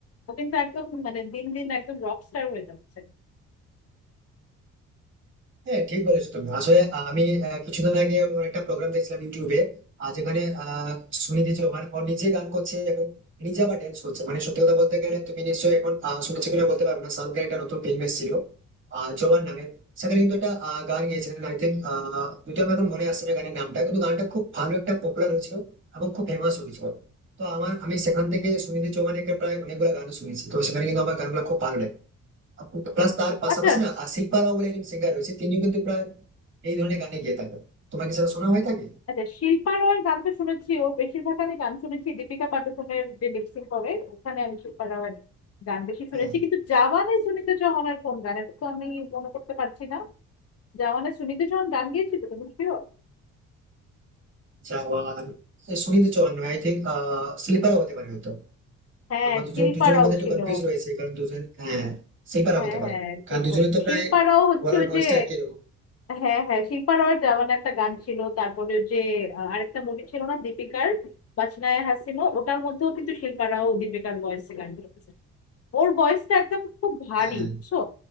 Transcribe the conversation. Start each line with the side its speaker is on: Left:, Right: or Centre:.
Left: ও কিন্তু একদম মানে দিন দিন একদম রকস্টার হয়ে যাচ্ছে
Right: হ্যাঁ ঠিক বলেছো তুমি আসলে আমি আহ, কিছুদিন আগে ওর একটা প্রোগ্রাম দেখছিলাম ইউটিউবে আর যেখানে আহ সুনিধি চৌহান ও নিজে গান করছে এবং নিজে আবার dance করছে মানে সত্যি কথা বলতে গেলে তুমি নিশ্চয়ই এখন আহ, শুনেছো কিনা বলতে পারবে না শাহরুখের একটা নতুন ফিল্ম এসেছিল আহ জওয়ান নামে সেখানে কিন্তু একটা আহ, গান গেয়েছিলেন আই থিঙ্ক যদিও আমার এখন মনে আসছে না গানের নামটা কিন্তু গানটা খুব ভালো একটা পপুলার হয়েছিল এবং খুব ফেমাস হয়েছিল তো আমার আমি সেখান থেকে সুনিধি চৌহানের প্রায় অনেকগুলো গান শুনেছি তো সেখানে কিন্তু আমার গানগুলো খুব ভালো লাগে প্লাস তার পাশাপাশি
Left: আচ্ছা
Right: না
Left: স-
Right: আশিক শিল্পা রাও বলে একজন সিঙ্গার রয়েছে তিনিও কিন্তু প্রায় এই ধরনের গানে গিয়ে থাকেন তোমাকে সেটা শোনা হয়ে থাকে
Left: আচ্ছা শিল্পা রয়ের গান তো শুনেছি ও বেশিরভাগ আমি গান শুনেছি দীপিকা পাডুকোনের যে লিপসিং করে ওখানে আমি শিল্পা রয়ের গান বেশি শুনেছি
Right: হ্যাঁ
Left: কিন্তু জাওয়ানে সুনিতা চৌহানের কোন গান এটা তো আমি মনে করতে পারছি না জাওয়ানে সুনিতা চৌহান গান গিয়েছিল তুমি শিওর
Right: জওয়ান এ সুনিধি চৌহান আই থিঙ্ক আহ শিল্পারা হতে পারে হয়তো
Left: হ্যাঁ
Right: তো আমার দুজন
Left: শিল্পা
Right: দুজনের
Left: রাও
Right: মধ্যে একটু
Left: ছিল
Right: কনফিউজ রয়েছে কারণ দুজন হ্যাঁ শিল্পারা
Left: হ্যাঁ
Right: হতে পারে
Left: হ্যাঁ
Right: কারণ
Left: ঠিক
Right: দুজনের
Left: বলেছো
Right: তো প্রায়
Left: শিল্পা রাও হচ্ছে
Right: বলার
Left: ওই
Right: ভয়েসটা
Left: যে
Right: একই রকম
Left: হ্যাঁ হ্যাঁ শিল্পা রয়ের জওয়ান একটা গান ছিল তারপরে ওই যে আহ, আরেকটা মুভি ছিল না দীপিকার বাচনায়ে হাসিনো ওটার মধ্যেও কিন্তু শিল্পা রাও দীপিকার ভয়েসে গান করেছে ওর ভয়েসটা একদম খুব ভারী
Right: হ্যাঁ
Left: বুঝছো